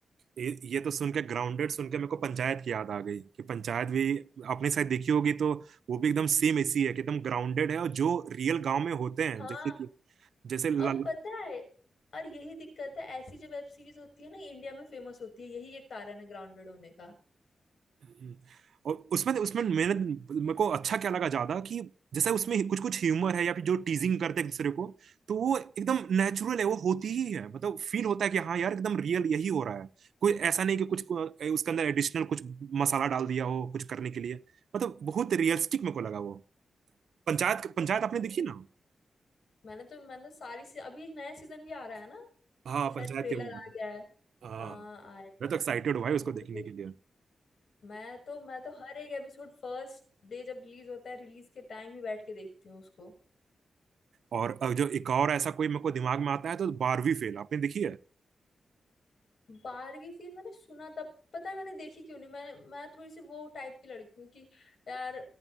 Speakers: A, on the right; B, on the left.
A: ये, ये तो सुन के ग्राउंडेड सुन के मेरे को पंचायत की याद आ गई कि पंचायत भी आपने शायद देखी होगी तो वो भी एकदम सेम ऐसी है कि एकदम ग्राउंडेड है और जो रियल गांव में होते हैं
B: हाँ
A: जैसे कि जैसे ल,
B: और पता है और यही दिक्कत है ऐसी जो वेब सीरीज होती है ना इंडिया में फेमस होती है यही एक कारण है ग्राउंडेड होने का
A: हम्म। और उसमें उसमें मैंने मेरे को अच्छा क्या लगा ज्यादा कि जैसे उसमें कुछ कुछ ह्यूमर है या फिर जो टीजिंग करते हैं एक दूसरे को तो वो एकदम नेचुरल है वो होती ही है मतलब फील होता है कि हाँ यार एकदम रियल यही हो रहा है कोई ऐसा नहीं कि कुछ को- उसके अंदर एडिशनल कुछ मसाला डाल दिया हो कुछ करने के लिए मतलब बहुत रियलिस्टिक मेरे को लगा वो पंचायत पंचायत आपने
B: हाँ।
A: देखी ना
B: मैंने तो मैंने तो सारी सी, अभी एक नया सीजन भी आ रहा है ना
A: हाँ
B: शायद
A: पंचायत
B: ट्रेलर
A: के भी
B: आ गया है
A: हाँ
B: हाँ आएगा
A: मैं तो एक्साइटेड
B: तो
A: हूँ भाई उसको
B: वो तो
A: देखने
B: देख
A: के लिए
B: मैं तो मैं तो हर एक एपिसोड फर्स्ट डे जब रिलीज होता है रिलीज के टाइम ही बैठ के देखती हूँ उसको
A: और और जो एक और ऐसा कोई मेरे को दिमाग में आता है तो बारहवीं फेल आपने देखी है
B: बारहवीं फिर मैंने सुना तब पता है मैंने देखी क्यों नहीं मैंने मैं थोड़ी सी वो टाइप की लड़की हूँ कि यार